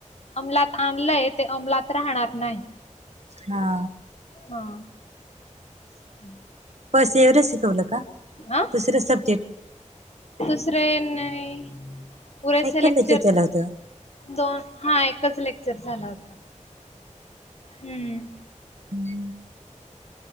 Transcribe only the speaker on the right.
हा,
बस एवरेस शिकवलं का,
दुसरे सब्जेक्ट
ऐकायला
त्याच्याला होतं
<unintelligible>
हम्,